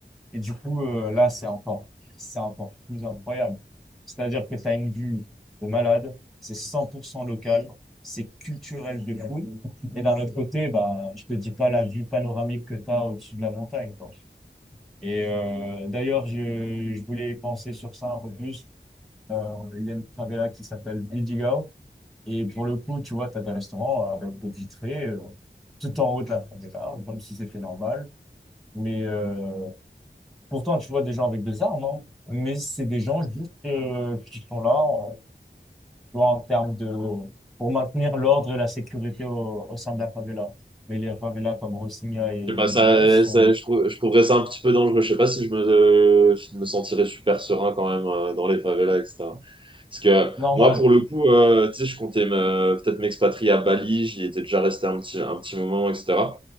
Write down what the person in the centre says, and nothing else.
Et du coup, euh, là, c'est encore, c'est encore plus incroyable. C'est-à-dire que tu as une vue de malade, c'est 100% local, c'est culturel de fou. Et d'un autre côté, bah, je te dis pas la vue panoramique que tu as au-dessus de la montagne, quoi. Et euh, d'ailleurs, je, je voulais penser sur ça un peu plus. Euh, il y a une favela qui s'appelle Vidigal. Et pour le coup, tu vois, tu as des restaurants avec des vitrées euh, tout en haut de la favela, comme si c'était normal. Mais euh, pourtant, tu vois des gens avec des armes, hein. mais c'est des gens juste euh, qui sont là, en- tu vois, en termes de... pour maintenir l'ordre et la sécurité au, au sein de la favela. Mais les favelas comme Rocinha et
Vidigal
sont
normales.